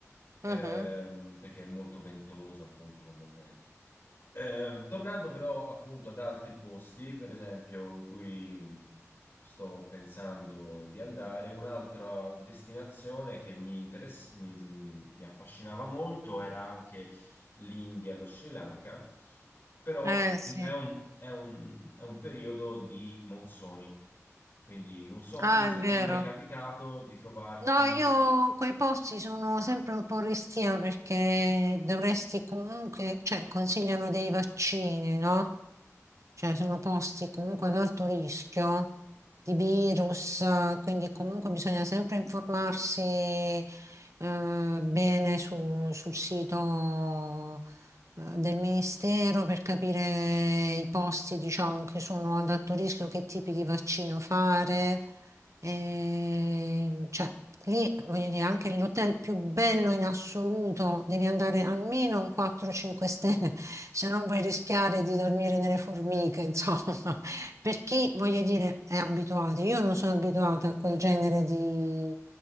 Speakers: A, on the left; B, on the right.
A: ehm,
B: Mhm.
A: perché è molto ventoso appunto come vento. Eh, tornando però appunto ad altri posti, per esempio, in cui sto pensando di andare, un'altra destinazione che mi, interess- mi, mi- mi affascinava molto era anche l'India e lo Sri Lanka, però
B: Eh sì,
A: in- è un, è un- è un periodo di monsoni, quindi non so
B: ah,
A: tu se
B: è vero.
A: ti è mai capitato di trovarti
B: No, io quei posti sono sempre un po' restia perché dovresti comunque, cioè consigliano dei vaccini, no? Cioè sono posti comunque ad alto rischio di virus, eh, quindi comunque bisogna sempre informarsi eh, bene su- sul sito eh, del Ministero per capire i posti, diciamo, che sono ad alto rischio, che tipi di vaccino fare. E, cioè, lì, voglio dire, anche l'hotel più bello in assoluto, devi andare almeno a un 4-5 stelle, <laughs> se non vuoi rischiare di dormire nelle formiche, insomma. <laughs> Per chi, voglio dire, è abituato. Io non sono abituata a quel genere di,